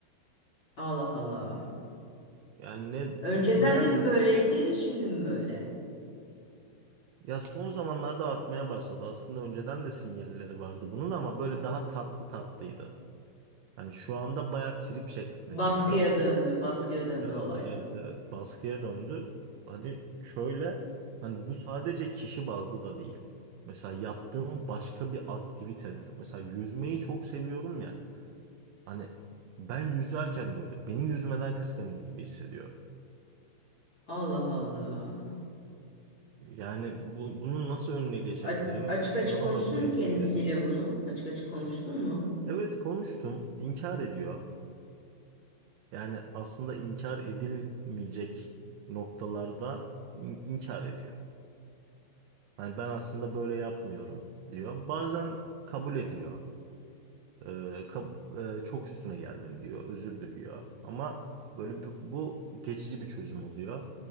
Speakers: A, on the left (about 40°); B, on the right (about 85°).
A: Allah Allah.
B: Yani ne
A: Önceden
B: nerede
A: de mi böyleydi, şimdi mi böyle?
B: ya son zamanlarda artmaya başladı. Aslında önceden de sinyalleri vardı bunun ama böyle daha tatlı tatlıydı. Hani şu anda bayağı trip şeklinde
A: Baskıya
B: geliyor.
A: döndü, baskıya döndü
B: Evet,
A: olay.
B: evet, evet. Baskıya döndü. Hani şöyle, hani bu sadece kişi bazlı da değil. Mesela yaptığım başka bir aktivite dedim. Mesela yüzmeyi çok seviyorum ya. Hani ben yüzerken de öyle. Beni yüzmeden kıskanıyor gibi hissediyorum.
A: Allah Allah.
B: Yani bu, bunun nasıl önüne geçebilirim?
A: Aç- açık açık
B: Ne yapabilirim
A: konuştun mu kendisiyle
B: bilmiyorum.
A: bunu? Açık açık konuştun mu?
B: Evet konuştum. İnkar ediyor. Yani aslında inkar edilmeyecek noktalarda in- inkar ediyor. Hani ben aslında böyle yapmıyorum diyor. Bazen kabul ediyor. Ee, kab- e, çok üstüne geldim diyor. Özür diliyor. Ama böyle bu, bu geçici bir çözüm oluyor.